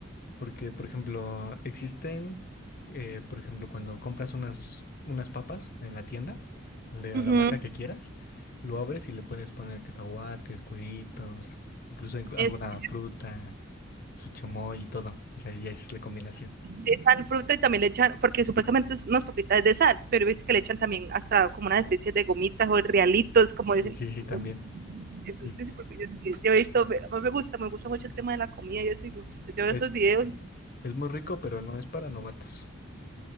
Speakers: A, on the left (about 50°); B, on the right (about 50°).
A: Porque, por ejemplo, existen, eh, por ejemplo, cuando compras unas, unas papas en la tienda, de
B: Ujú,
A: la marca que quieras, lo abres y le puedes poner cacahuates, cueritos, incluso en- alguna
B: eso. Es,
A: fruta, su chamoy y todo. O sea, ya es la combinación.
B: le echan fruta y también le echan, porque supuestamente es unas papitas de sal, pero he visto que le echan también hasta como una especie de gomitas o realitos, como
A: Sí,
B: dicen.
A: sí, sí, también.
B: eh, Eso,
A: Y
B: sí, sí, porque yo, yo he visto, a mí me gusta, me gusta mucho el tema de la comida, yo, sí, yo veo
A: es,
B: esos videos.
A: es muy rico, pero no es para novatos.